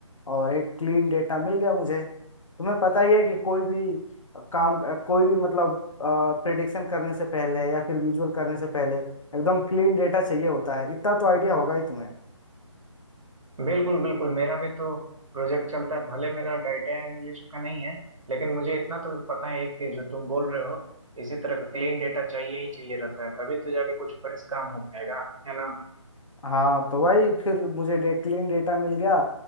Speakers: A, on the left; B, on the right.
A: और एक क्लीन डेटा मिल गया मुझे तुम्हें पता ही है कि कोई भी काम कोई भी मतलब प्रेडिक्शन करने से पहले या फिर विजुअल करने से पहले एकदम क्लीन डेटा चाहिए होता है इतना तो आइडिया होगा ही तुम्हें
B: बिल्कुल बिल्कुल मेरा भी तो प्रोजेक्ट चलता है भले मेरा डाटा एनालिस्ट का नहीं है लेकिन मुझे इतना तो पता है कि जो तुम बोल रहे हो इसी तरह का क्लीन डेटा चाहिए ही चाहिए रहता है तभी तो जाके कुछ फ्रेश काम हो पाएगा है ना
A: हाँ तो वही फिर मुझे डे, क्लीन डेटा मिल गया